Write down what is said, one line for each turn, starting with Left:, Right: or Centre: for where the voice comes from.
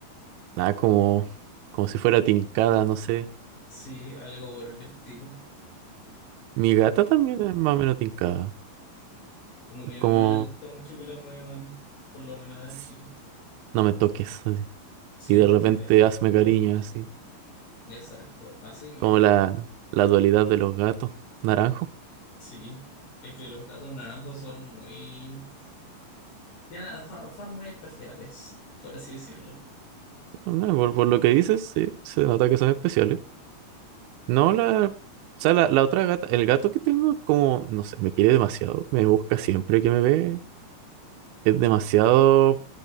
Right: Nada, como, como si fuera tincada, no sé.
Left: Sí, algo por el estilo.
Right: Mi gata también es más o menos tincada.
Left: Como
Right: Es
Left: que
Right: como,
Left: no le gusta mucho que la muevan, por lo menos a
Right: "Sss,
Left: la Chiri.
Right: no me toques, así.
Left: Sí,
Right: Y de
Left: literal.
Right: repente hazme cariño, así.
Left: Exacto, así mismo.
Right: Como la, la dualidad de los gatos, naranjo.
Left: Sí, es que los gatos naranjos son muy... tienen- Son, son muy especiales, por así decirlo.
Right: No, por, por lo que dices, sí, se nota que son especiales. No, la, o sea, la, la otra gata, el gato que tengo, como, no sé, me quiere demasiado, me busca siempre que me ve, es demasiado